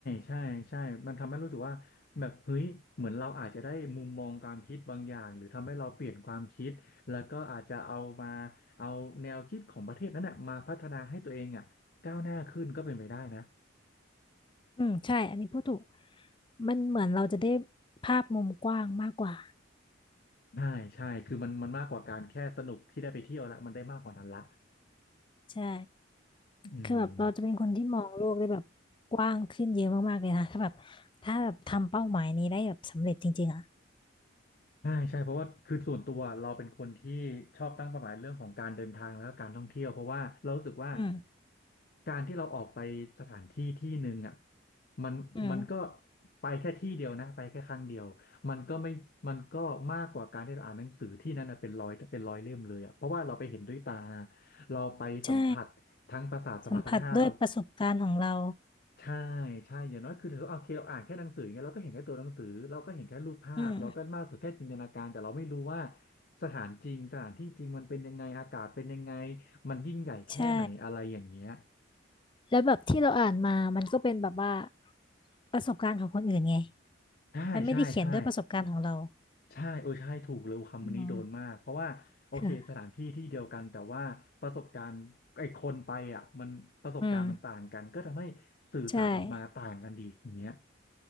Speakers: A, on the left (about 50°); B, on the left (about 25°).
A: ใช่ใช่ มันทำให้รู้สึกว่าแบบเฮ้ยเหมือนเราอาจจะได้มุมมองความคิดบางอย่างหรือทำให้เราเปลี่ยนความคิดแล้วก็อาจจะเอามาเอาแนวคิดของประเทศนั้นน่ะมาพัฒนาให้ตัวเองอ่ะก้าวหน้าขึ้นก็เป็นไปได้นะ
B: อืมใช่อันนี้พูดถูกมันเหมือนเราจะได้ภาพมุมกว้างมากกว่า
A: ใช่ใช่คือมันมันมากกว่าการแค่สนุกที่ได้ไปเที่ยวละมันได้มากกว่านั้นละ
B: ใช่
A: อืม
B: คือแบบเราจะเป็นคนที่มองโลกได้แบบกว้างขึ้นเยอะมากๆเลยนะถ้าแบบถ้าแบบทำเป้าหมายนี้ได้แบบสำเร็จจริงๆอ่ะ
A: ใช่ใช่เพราะว่าคือส่วนตัวเราเป็นคนที่ชอบตั้งเป้าหมายเรื่องของการเดินทางแล้วก็การท่องเที่ยวเพราะว่าเรารู้สึกว่า
B: อืม
A: การที่เราออกไปสถานที่ที่หนึ่งอ่ะมันมันก็
B: อืม
A: ไปแค่ที่เดียวนะไปแค่ครั้งเดียวมันก็ไม่มันก็มากกว่าการที่เราอ่านหนังสือที่นั่นนะเป็นร้อยเป็นร้อยเล่มเลยอ่ะเพราะว่าเราไปเห็นด้วยตาเราไปสัมผัสทั้งประสาทสัมผัสทั้งห้าเรา
B: ใช่ สัมผัสด้วยประสบการณ์ของเรา
A: ใช่ใช่อย่างน้อยคือถือว่าโอเคเราอ่านแค่หนังสืออย่างเงี้ยเราก็เห็นแค่ตัวหนังสือเราก็เห็นแค่รูปภาพเราก็มากสุดแค่จินตนาการแต่เราไม่รู้ว่า
B: อืม
A: สถานจริงสถานที่จริงมันเป็นยังไงอากาศเป็นยังไงมันยิ่งใหญ่แค่ไหนอะไรอย่างเงี้ย
B: ใช่แล้วแบบที่เราอ่านมามันก็เป็นแบบว่าประสบการณ์ของคนอื่นไง
A: ใช่ใช่ใช่
B: มันไม่ได้เขียนด้วยประสบการณ์ของเรา
A: ใช่เออใช่ถูกเลยคำนี้โดนมากเพราะว่าโอเคสถานที่ที่เดียวกันแต่ว่าประสบการณ์ไอ้คนไปอ่ะมันประสบการณ์มันต่างกันก็ทำให้สื่อสารออกมาต่างกันดีอย่างเงี้ย
B: อืมค่ะอืมใช่